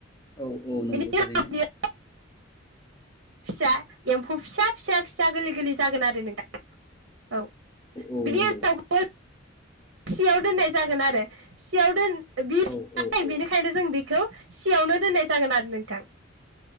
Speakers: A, on the left; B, on the right.
A: औ औ नंगौ
B: बिनि
A: थारैनो।
B: उनाव बियो फिसा एम्फौ फिसा फिसा फिसा गोरलै गोरलै जागोन आरो नोंथां। औ
A: औ
B: बिनि
A: नंगौ
B: <unintelligible> सियाव दोननाय जागोन आरो सियाव दोन बिसि
A: औ औ औ
B: बेनिखायनो जों बे खौ सियावनो दोननाय जागोन आरो नोंथां।